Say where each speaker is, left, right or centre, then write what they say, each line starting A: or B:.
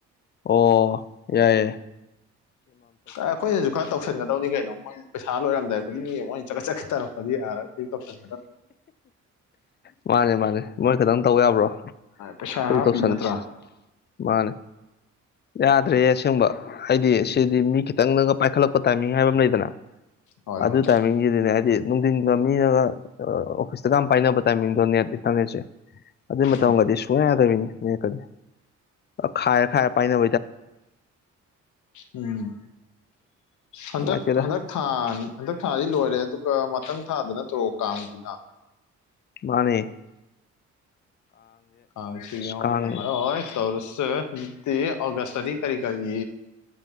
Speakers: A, on the left; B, on the left.
A: ꯑꯣ ꯌꯥꯏ ꯌꯥꯏ
B: ꯑꯩꯈꯣꯏꯅꯁꯨ ꯈꯔ ꯇꯧꯁꯟꯒ ꯇꯧꯅꯤ ꯀꯩꯅꯣ ꯃꯣꯏ ꯄꯩꯁꯥ ꯂꯣꯏꯔꯝꯗꯥꯏ ꯈꯨꯗꯤꯡꯒꯤ ꯃꯣꯏꯅ ꯆꯠꯒꯠ ꯆꯠꯒꯠ ꯇꯧꯔꯛ ꯌꯥꯔꯒ ꯈꯣꯏꯁꯨ ꯇꯧꯁꯟ
A: ꯃꯥꯅꯦ ꯃꯥꯅꯦ ꯃꯣꯏ ꯈꯤꯇꯪ ꯇꯧ ꯌꯥꯕ꯭ꯔꯣ ꯑꯩꯈꯣꯏ
B: ꯄꯩꯁꯥ ꯍꯥꯞꯄꯤ
A: ꯇꯧꯁꯟꯁ
B: ꯅꯠꯇ꯭ꯔꯥ
A: ꯃꯥꯅꯦ ꯌꯥꯗ꯭ꯔꯦ ꯑꯁꯦꯡꯕ ꯍꯥꯏꯗꯤ ꯁꯤꯗꯤ ꯃꯤ ꯈꯤꯇꯪꯅꯒ ꯄꯥꯏꯈꯠꯂꯛꯄ ꯇꯥꯏꯃꯤꯡ ꯍꯥꯏꯕ ꯑꯃ ꯂꯩꯗꯅ
B: ꯍꯣꯏ
A: ꯑꯗꯨ
B: ꯍꯣꯏ
A: ꯇꯥꯏꯃꯤꯡꯁꯤꯗꯤꯅꯦ ꯍꯥꯏꯗꯤ ꯅꯨꯡꯊꯤꯟꯒ ꯃꯤꯅꯒ ꯑꯣꯐꯤꯁꯇꯒ ꯄꯥꯏꯅꯕ ꯇꯥꯏꯃꯤꯡ ꯅ‌ꯦꯠ ꯏꯟꯇꯔꯅꯦꯠꯁꯦ ꯑꯗꯨꯏ ꯃꯇꯝꯒꯗꯤ
B: ꯎꯝ
A: ꯁꯨꯡꯌꯥ ꯌꯥꯗꯕꯤꯅꯤ ꯀꯗꯤ ꯈꯥꯏꯔ ꯈꯥꯏꯔ ꯄꯥꯏꯅ
B: ꯎꯝ ꯍꯟꯗꯛ
A: ꯅꯨꯡꯉꯥꯏꯇꯦꯗ
B: ꯍꯟꯗꯛ ꯊꯥ ꯍꯟꯗꯛ ꯊꯥꯁꯤ ꯂꯣꯏꯔꯦ ꯑꯗꯨꯒ ꯃꯊꯪ ꯊꯥꯗ ꯅꯠꯇ꯭ꯔꯣ ꯀꯥꯡꯁꯤꯅ
A: ꯃꯥꯅ‌ꯦ
B: ꯀꯥꯡꯁꯤ
A: ꯑꯁ
B: ꯌꯥꯎꯕꯨ
A: ꯀꯥꯡ
B: ꯅꯪꯉꯔ‌ꯣꯏ ꯇ‌ꯧꯔꯤ ꯑꯣꯒꯁꯗꯗꯤ ꯀꯔꯤ ꯀꯔꯤ